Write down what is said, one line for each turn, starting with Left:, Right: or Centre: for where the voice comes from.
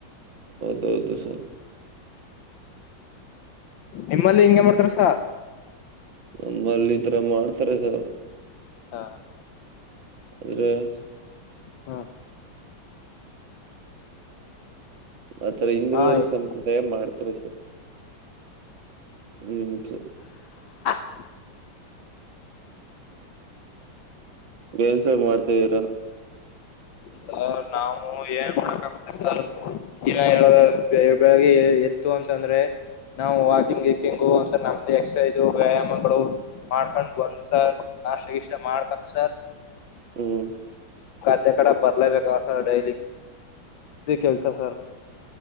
Right: ಹೌದುೌದು ಸರ್
Left: ನಿಮ್ಮಲ್ಲಿ ಹಿಂಗಗೆ ಮಾಡ್ತಾರಸ
Right: ನಮ್ಮಲ್ಲಿ ಈ ತರ ಮಾಡ್ತಾರೆ ಸರ್
Left: ಹಾ
Right: ಅ
Left: ಹಾ
Right: ಆತರ ಇಂದರುಗಳು
Left: ಹಾ ಹಾ
Right: ಸಂಪ್ರದಾಯ ಮಾಡ್ತಾರೆ ತರೆ ಸರ್ ಹ್ಮ್ ಸ
Left: ಹ
Right: ಏನ್ ಸರ್ ಮಾಡ್ತಿದ್ದೀರ
Left: ಸರ್ ನಾವು ಏನ್ ಮಾಡಕ್ ಆಾಗುತ್ತೆ ಸರ್ ಈಿನ ಬೆಳಗೆ ಎತ್ತು ಅಂತಂದ್ರೆ ನಾವು ವಾಕಿಂಗ್ ವಕಿಂಗು ಸರ್ ನಾವು ಎನ್ ಮಾಡೋಕಾಗುತ್ತೆ ಸರ್ ಹೇಳೋದಾದ್ರೆ ಇತ್ತು ಅಂತ ಅಂದ್ರೆ ನಾವು ವಾಕಿಂಗ್ ಅಂತ ನಮ್ದು ಎಕ್ಸಸೈಜು ವ್ಯಾಯಾಮಗಳು ಮಾಡ್ಕೊಂಡ್ ಬಂದು ಸರ್ ನಾಷ್ಟಗಿಷ್ಟ ಮಾಡ್ಕೊಂಡು ಸರ್
Right: ಹ್ಮ್
Left: ಅತ್ತ ಕಡೆ ಬರ್ಲೇಬೇಕ ಸರ್ ಡೈಲಿ ಇದದು ಕೆಲ್ಸ ಸರ್